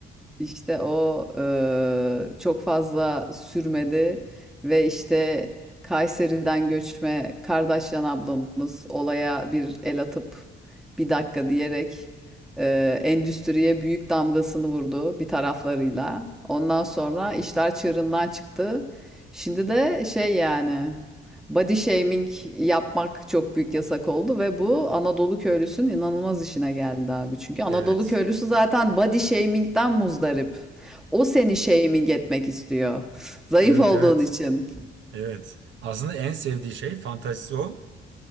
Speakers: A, in the centre; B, on the right (about 70°).
A: İşte o eee, çok fazla sürmedi ve işte Kayseri'den göçme Kardeşyan ablamız olaya bir el atıp bir dakika diyerek eee, endüstriye büyük damgasını vurdu bir taraflarıyla. Ondan sonra işler çığırından çıktı. Şimdi de şey yani Body shaming yapmak çok büyük yasak oldu ve bu Anadolu köylüsünün inanılmaz işine geldi abi. Çünkü Anadolu
B: Evet.
A: köylüsü zaten body shaming'den muzdarip. O seni shaming etmek istiyor. <laughs> Zayıf
B: Evet
A: olduğun
B: evet.
A: için.
B: Evet. Aslında en sevdiği şey fantazisi o.